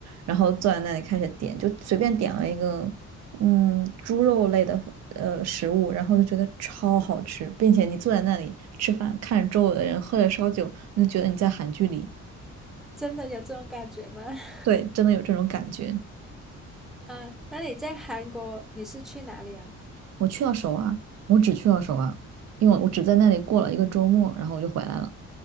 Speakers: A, on the right (about 60°); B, in the centre.
A: 然后坐在那里开始点，就随便点了一个。嗯，猪肉类的呃食物，
B: 嗯，
A: 然后就觉得超好吃，并且你坐在那里吃饭，看着周围的人喝着烧酒，你就觉得你在韩剧里。
B: 真的有这种感觉吗？<laughs>
A: 对，真的有这种感觉。
B: 啊，那你在韩国你是去哪里啊？
A: 我去到首尔，我只去了首尔，因为我只在那里过了一个周末，然后我就回来了。